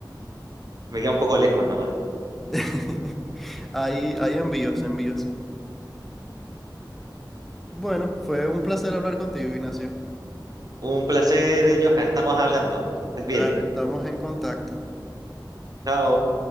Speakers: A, on the right (about 55°); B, in the centre.
A: Me queda un poco lejos nomás.
B: <laughs> Hay, hay envíos, envíos. Bueno, fue un placer hablar contigo, Ignacio.
A: Un placer, eh, Johan. Estamos hablando. Que estés
B: Dale,
A: bien.
B: estamos en contacto.
A: Chao.